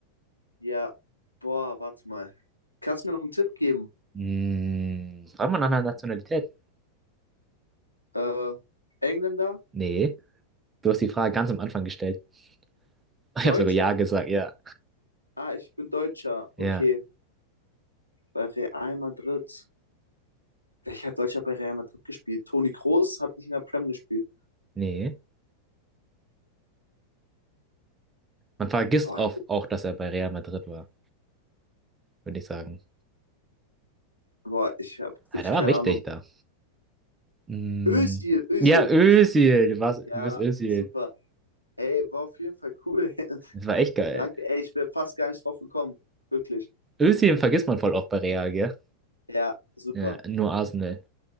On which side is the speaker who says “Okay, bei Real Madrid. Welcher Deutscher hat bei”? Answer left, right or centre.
Left